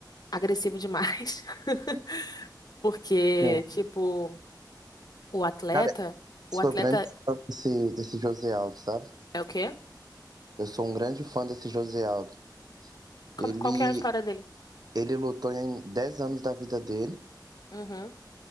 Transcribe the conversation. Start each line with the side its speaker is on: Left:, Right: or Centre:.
Left: agressivo demais, <laughs> porque,
Right: Sim.
Left: tipo, o atleta,
Right: Cara,
Left: o
Right: sou
Left: atleta
Right: grande fã desse, desse José Aldo, sabe?
Left: é o quê?
Right: Eu sou um grande fã desse José Aldo.
Left: Qual,
Right: Ele,
Left: qual que é a história dele?
Right: ele lutou em 10 anos da vida dele.
Left: Uhum.